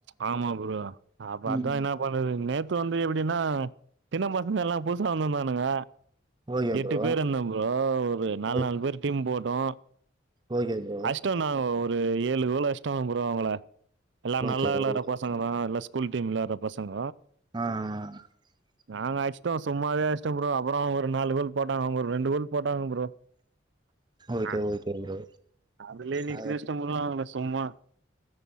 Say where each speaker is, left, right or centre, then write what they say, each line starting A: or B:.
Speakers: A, on the right (about 65°); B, on the right (about 20°).
A: ஆமா ப்ரோ அப்ப அதா
B: ம்
A: என்னா பண்ணுற்து நேத்து வந்து எப்பிடின்னா சின்ன பசங்க எல்லா புதுசா வந்துர்ந்தானுங்க
B: ஓகே
A: எட்டு
B: ப்ரோ
A: பேர் இர்ந்தம் ப்ரோ ஒரு நால்
B: ஓகே
A: நால் பேர் டீம் போட்டோ
B: ஓகே ப்ரோ
A: டன்னா ஒரு ஏழு கோல் அஸ்ட்டாங்க ப்ரோ அவ்ங்கள
B: ஓகே
A: நல்லா விளாட்ற
B: ஓகே
A: பசங்க தா எல்லா ஸ்கூல் டீம் விளாட்ற பசங்க
B: ஆ ஆ
A: நாங்க அஸ்ட்டோ சும்மாவே அஸ்ட்டோ ப்ரோ அப்பறோ ஒரு நாலு கோல் போட்டாங்க அவ்ங்க ஒரு ரெண்டு கோல் போட்டாங்க ப்ரோ
B: ஓகே
A: அ
B: ஓகே ப்ரோ
A: அதுலே இன்னிக்
B: ஆ
A: கிஷ்டோ ப்ரோ அவ்ங்கள சும்மா